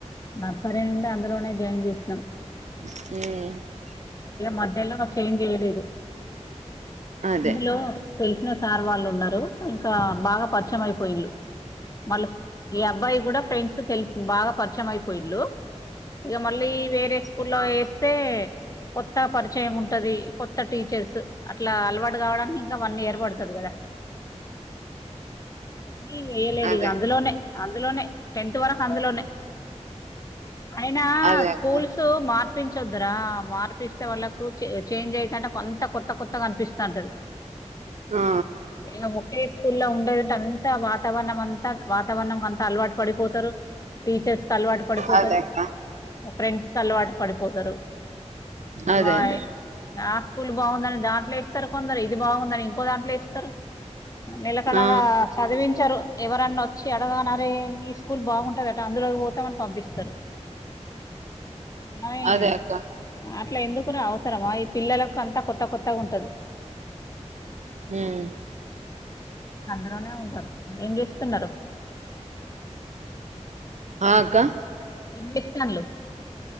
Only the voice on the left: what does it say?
నర్సరీ నుండి అందులోనే జాయిన్ చేషినం.
ఇగ మధ్యలో మాకు చేంజ్ జేయలేదు,
అందులో తెలిసిన సార్ వాళ్ళు ఉన్నరు, ఇంకా బాగా పరిచయం అయిపోయిళ్ళు మళ్ళ ఈ అబ్బాయి గుడ ఫ్రెండ్స్ తెలిపి బాగా పరిచయం అయిపోయిళ్ళు ఇగ మళ్లీ వేరే స్కూల్ల ఏస్తే కొత్తగ పరిచయం ఉంటది, కొత్త టీచర్స్ అట్లా అలవాటు కావడానికి ఇంకా వన్ ఇయర్ పడతది గదా. నీ ఏయాలేదిగ
అందులోనే అందులోనే టెన్త్ వరకు అందులోనే, అయినా
స్కూల్స్
సు మార్పించొద్దురా మార్ పిస్తే వాళ్ళకు చె చేంజ్ అయతాంటే అంతా కొత్త కొత్తగ అనిపిస్తాంటది.
ఇగ ముకేష్ స్కూల్లో ఉండేదంట అంతా వాతావరణం అంత, వాతావరణం అంతా అలవాటు పడిపోతరు. టీచర్స్ కలవాటు పడిపోతరు,
మా ఫ్రెండ్స్ కి అలవాటు పడిపోతరు.
వాయ్
ఆ స్కూల్ బావుందని దాంట్లో ఏస్తరు కొందరు, ఇది బావుందని ఇంకో దాంట్లో ఏస్తరు నెలకడగా
చదివించరు ఎవరన్న ఒచ్చి అడగనరే ఈ స్కూల్ బావుంటదట, అందులోకి పోతమని పంపిస్తరు. ఆయి
అట్ల ఎందుకురా అవసరమా, ఈ పిల్లలకు అంత కొత్త కొత్తగుంటది.
అందులోనే ఉంటరు, ఏం జేస్తున్నరు?
ఏం చేస్తాన్లు